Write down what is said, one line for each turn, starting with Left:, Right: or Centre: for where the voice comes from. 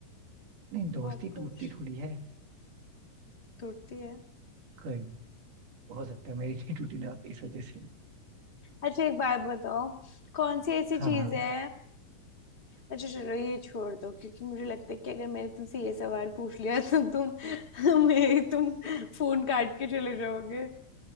Right: नहीं दोस्ती
Left: बहुत कुछ
Right: टूटती थोड़ी है
Left: टूटती है
Right: कोई नहीं, हो सकता है मेरी नहीं टूटी ना इस वजह से
Left: अच्छा एक बात बताओ कौन सी ऐसी
Right: हाँ
Left: चीज
Right: हाँ
Left: है अच्छा चलो ये छोड़ दो क्योंकि मुझे लगता है कि अगर मैंने तुमसे ये सवाल पूछ लिया तो तुम <laughs> मेरी तुम फोन काट के चले जाओगे